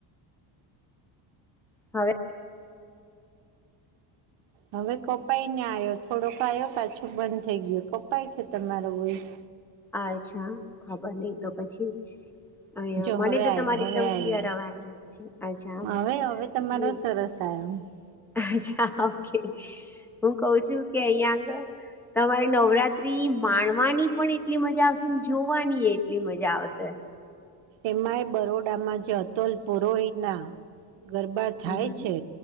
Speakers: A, in the centre; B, on the right (about 85°).
A: હવે.
B: હવે કપાઈ ને આયો થોડોક આયો પાછો બંધ થઈ ગયો કપાય છે, તમારો વોઈસ
A: અચ્છા ખબર નઈ તો પછી અયા
B: જો
A: મને
B: હવે
A: તો
B: આવ્યો
A: તમારે
B: હવે
A: એકદમ
B: આવ્યો
A: ક્લિયર અવાજ આવે છે, અચ્છા
B: હવે હવે તમારો
A: હમ
B: <inaudible>
A: અચ્છા ઓકે હું કઉ છું કે અયા આગળ તમારે નવરાત્રી માણવાની પણ એટલી મજા આવશે જોવાની એટલી મજા આવશે
B: એમાંય બરોડામાં જતોલ પુરોહીના ગરબા
A: હમ
B: થાય છે